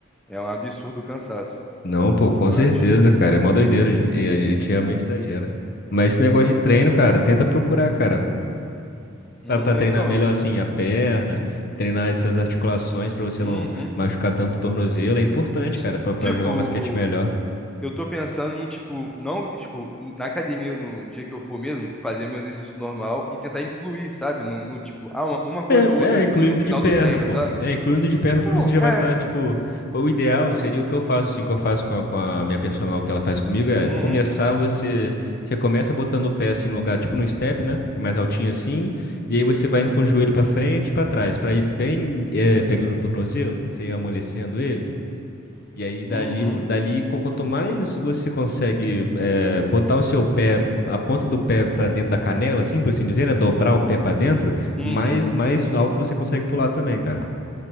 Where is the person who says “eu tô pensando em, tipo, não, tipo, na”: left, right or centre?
Centre